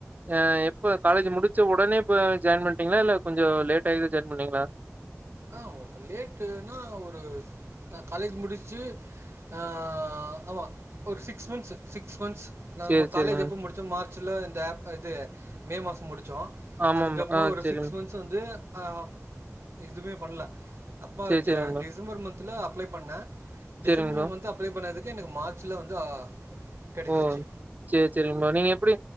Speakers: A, on the right (about 35°); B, on the right (about 75°).
A: அ எப்போ காலேஜ் முடிச்ச உடனே இப்போ ஜாயின் பண்டீங்களா இல்ல கொஞ்சோ லேட்டாயி ஜாயின் பண்ணிங்களா
B: ஆ லேட்டுனா ஒரு நா காலேஜ் முடிச்சு நா ஆமா ஒரு சிக்ஸ் மந்த்ஸ் சிக்ஸ் மந்த்ஸ் நாம்ம
A: சேரி சேரிங்க
B: காலஜ் எப்போ முடிச்சோ மார்ச் ஆக்சுவலா இந்த ஆப் இது மே மாசம் முடித் வச்சோ
A: ஆமாம்
B: அதுக்கப்பறோ
A: ஆ
B: ஒரு
A: சேரிங்
B: சிக்ஸ் மந்த்ஸ் வந்து ஆ எதுவுமே பண்ணல அப்ப
A: சேரி
B: ஜ
A: சேரிங்க
B: டிசம்பர்
A: ப்ரோ
B: மன்த் இதில அப்ளை பண்ணே டிசம்பர்
A: சேரிங்க ப்ரோ
B: மந்த் அப்ளை பண்ணதுக்கு இது எனக்கு மார்ச்ல வந்து கிடச்சிச்சு
A: ஓ சேர் செரிக ப்ரோ நீங்க எப்படி